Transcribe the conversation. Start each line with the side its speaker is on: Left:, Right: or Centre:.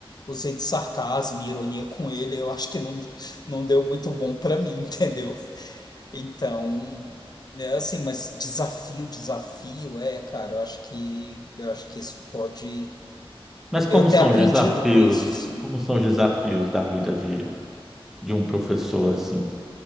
Left: usei de sarcasmo e ironia com ele. Eu acho que não, não deu muito bom pra mim, <laughs> entendeu? Então, né, assim, mas desafio, desafio, é, cara, eu acho que eu acho que isso pode
Centre: Mas como
Left: eu
Centre: são
Left: ter aprendido
Centre: os desafios,
Left: com isso, assim.
Centre: como são os desafios da vida de, de um professor, assim?